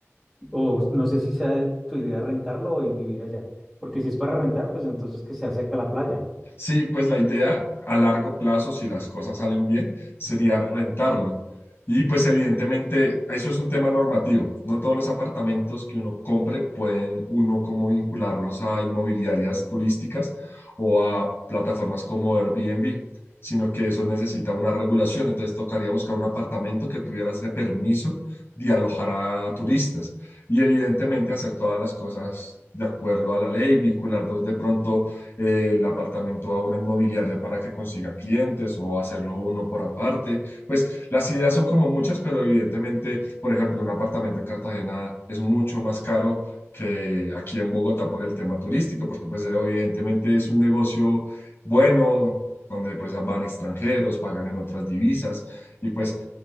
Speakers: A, in the centre; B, on the left.
A: O no sé si sea tu idea rentarlo y vivir allá, porque si es para rentar, pues entonces que se acerca a la playa.
B: Sí, pues la idea a largo plazo, si las cosas salen bien, sería rentarlo. Y pues evidentemente eso es un tema normativo. No todos los apartamentos que uno compre pueden uno como vincularlos a inmobiliarias turísticas o a plataformas como Airbnb, sino que eso necesita una regulación. Entonces tocaría buscar un apartamento que tuviera ese permiso de alojar a turistas y evidentemente hacer todas las cosas de acuerdo a la ley, vincular de de pronto eh, el apartamento a una inmobiliaria para que consiga clientes o hacerlo uno por aparte. Pues las ideas son como muchas, pero evidentemente, por ejemplo, un apartamento en Cartagena es mucho más caro que aquí en Bogotá por el tema turístico, porque pues evidentemente es un negocio bueno, donde pues van extranjeros, pagan en otras divisas y pues